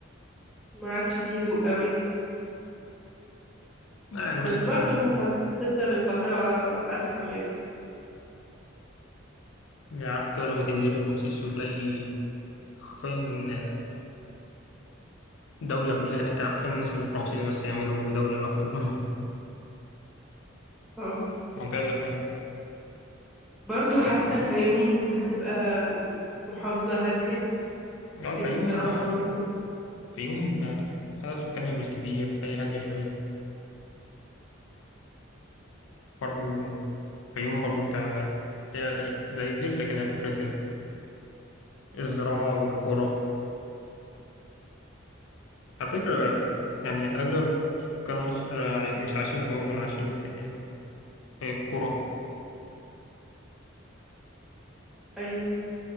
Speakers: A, in the centre; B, on the left.
A: ما عادش فيه هدوء قوي
B: لا، يعني مثلا
A: بس برضو هتفضل القاهره ازحم يعني
B: يعني عارف كده لما تنزلي رمسيس وتلاقي حرفيا دولة كلها هناك يعني حرفيا الناس اللي في رمسيس بس يعملوا دولة لوحدهم <laughs>
A: اه
B: منطقة زحمة أوي
A: برضو حاسه الفيوم هتبقى محافظه هاديه
B: يعني الفيوم
A: نفسي اروحها برضو
B: الفيوم عدد سكانها مش كبير فهي هادية شوية برضو الفيوم برضو بتاع زي الدلتا كده فكرة الزراعة والقرى على فكرة يعني أغلب سكان مصر عاي- مش عايشين في مدن عايشين في في قرى
A: ايوه